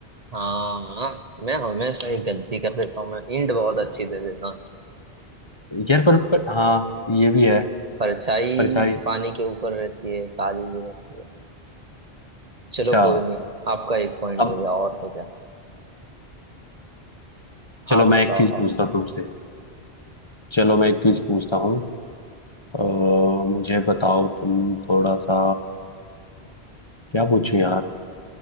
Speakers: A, on the right; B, on the left.
A: हाँ मैं हमेशा ही गलती कर देता हूँ मैं हिंट बहुत अच्छी दे देता हूँ
B: यार पर, पर हाँ ये भी है
A: परछाई
B: परछाई
A: पानी के ऊपर रहती है काली भी रहती है चलो
B: अच्छा
A: कोई नहीं आपका एक पॉइंट
B: अब
A: हो गया और तो क्या
B: चलो
A: आप
B: मैं
A: बताओ
B: एक चीज पूछता
A: आप
B: हूँ तुमसे चलो मैं एक चीज पूछता हूँ अ, मुझे बताओ तुम थोड़ा सा क्या पूछूं यार